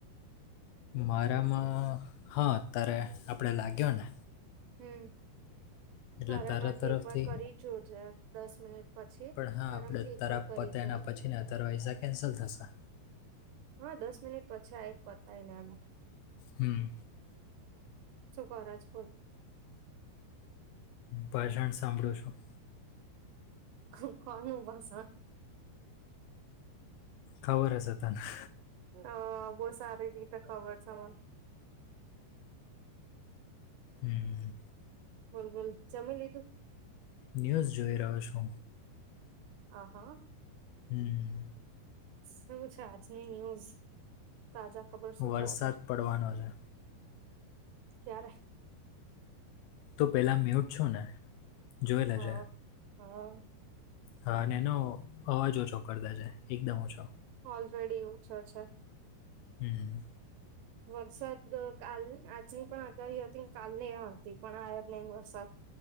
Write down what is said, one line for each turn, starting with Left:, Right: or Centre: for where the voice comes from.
Left: મારામાં હા ત્યારે આપડે લાગ્યો ને.
Right: હમ
Left: એટલે
Right: તારામાંથી
Left: તારા તરફથી
Right: એક વાર કરી જોજે દસ મિનિટ પછી
Left: પણ હા
Right: તારામથી
Left: આપડે
Right: એકવાર
Left: તારા
Right: કરી
Left: પત
Right: જોજે
Left: એના પછી ને અ તાર હૈસા કેન્સલ થશે.
Right: હા દસ મિનિટ પછી આ એક પતાય ને.
Left: હમ્મ.
Right: શું કરો છો?
Left: ભાષણ સાંભળો છો.
Right: કનું ભસણ
Left: ખબરસ તના
Right: હ બહ સારી બીતે ખબર છે મ
Left: હમ્મ.
Right: મોલગોલ્ ચમેલું
Left: ન્યૂઝ જોઈ રહ્યો છો
Right: આહા.
Left: હમ્મ.
Right: શું છે આજની ન્યુઝ તાજા ખબર શું
Left: વરસાદ
Right: છે આજે
Left: પડવાનો છે
Right: ક્યારે.
Left: તો પેલા મે્યુટ છો ને જોઈ લેજે
Right: હા હા.
Left: હા અને એનો અવાજ ઓછો કરતા છે એકદમ ઓછો
Right: ઓલરેડી ઓછછા.
Left: હમ્મ.
Right: વરસાદ કાલ આજની પણ આગાહી હતી કાલની આ હતી પણ આ જ નહી વરસાદ